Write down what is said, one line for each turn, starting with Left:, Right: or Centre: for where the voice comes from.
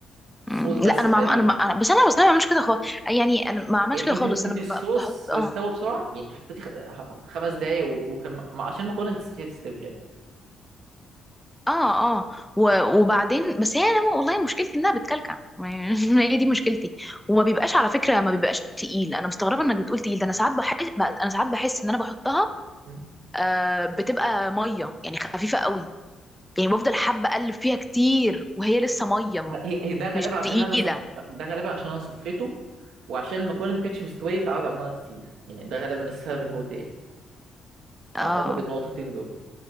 Right: في الصوص
Centre: مم،
Right: بس
Centre: لا انا
Right: تقريبا
Centre: ما انا ما بس انا بس انا ما بعملش كده خالص يعني انا ما عملتش
Right: يعني
Centre: كده
Right: انت
Centre: خالص انا
Right: انت
Centre: ب-
Right: الصوص
Centre: بحط
Right: استوى
Centre: اه
Right: بسرعه يعني انت حطيتي خ... خمس دقايق و... وكان مع- عشان المكرونه تستوي يعني
Centre: اه اه و- وبعدين بس هي انا والله مشكلتي انها بتكلكع ما <laughs> هي دي مشكلتي وما بيبقاش على فكره ما بيبقاش تقيل انا مستغربه انك بتقول تقيل ده انا ساعات بحس انا ساعات بحس ان انا بحطها
Right: ممكن
Centre: آه بتبقى ميه يعني خفيفه قوي يعني بفضل حابه اقلب فيها كتير وهي لسه ميه
Right: هي هي ده غالبا
Centre: مش
Right: عشان
Centre: تقيله
Right: انا صف... ده غالبا عشان انا صفيته وعشان المكرونه ما كانتش مستويه فقعد على النار كتير يعني ده غالبا السبب ان هو تقل
Centre: اه
Right: اعتقد النقطتين دول